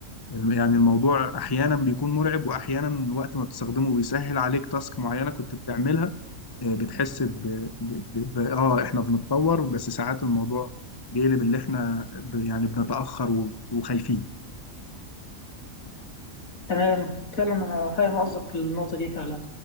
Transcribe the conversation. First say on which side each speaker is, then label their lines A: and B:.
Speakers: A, on the left; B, on the left.
A: يعني الموضوع أحيانا بيكون مرعب وأحيانا الوقت ما بتستخدمه بيسهل عليك تاسك معينة كنت بتعملها آه، بتحس ب... ب... ب... ب... آه إحنا بنتطور بس ساعات الموضوع بيقلب اللي إحنا ب... يعني بنتأخر و... وخايفين
B: تمام فعلا أنا فاهم قصدك في النقطة دي فعلا